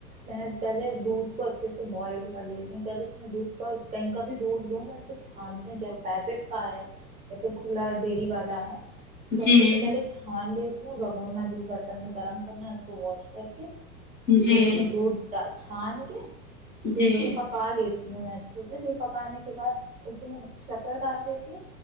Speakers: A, on the right (about 15°); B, on the left (about 25°).
A: میں پہلے دودھ کو اچھے سے بوائل کر لیتی ہوں پہلے تو میں دودھ کا کہیں کا بھی دودھ لوں میں اس کو چھانتی ہوں چاہے وہ پیکٹ کا ہے یا پھر کھلا ڈیری والا ہے
B: جی
A: اس کو اچھے سے پہلے چھان لی تی ہوں بگھورنا جس برتن میں گرم کرنا ہے اس کو واش کر کے
B: جی
A: پھر اس میں دودھ ڈال چھان کے
B: جی
A: تو
B: جی
A: اس کو پکا لی تی ہوں میں اچھے سے پھر پکانے کے بعد اسی میں شکر ڈال دیتی ہوں